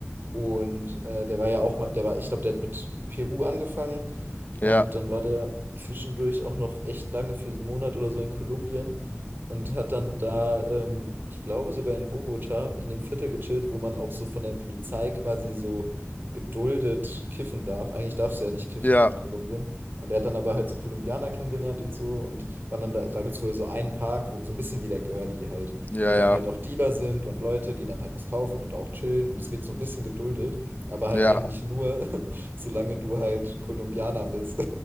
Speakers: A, on the right; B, on the left.
A: Und äh, der war ja auch mal, der war, ich glaube, der hat mit Peru angefangen und
B: ja,
A: dann war der zwischendurch auch noch echt lange für so einen Monat oder so in Kolumbien und hat dann da, ähm, ich glaube, sogar in Bogota in dem Viertel gechillt, wo man auch so von der Polizei quasi so geduldet kiffen darf. Eigentlich darfst du ja nicht kiffen
B: ja,
A: in Kolumbien. Und er hat dann aber halt so Kolumbianer kennengelernt und so und war dann da, da gibt es wohl so einen Park, wo, so ein bisschen wie der Girlie halt
B: ja,
A: wo dann
B: ja,
A: halt auch Dealer sind und Leute, die dann halt was kaufen und auch chillen und es wird so ein bisschen geduldet, aber halt
B: ja.
A: eigentlich nur, <laughs> solange du halt Kolumbianer bist.